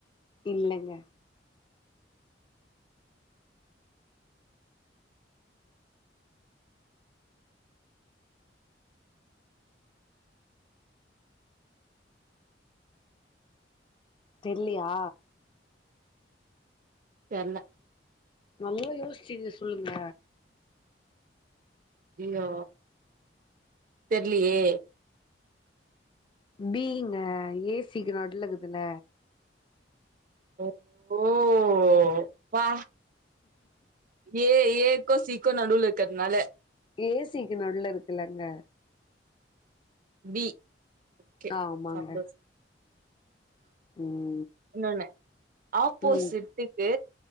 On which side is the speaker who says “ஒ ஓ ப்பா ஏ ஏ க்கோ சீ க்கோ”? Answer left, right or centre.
Right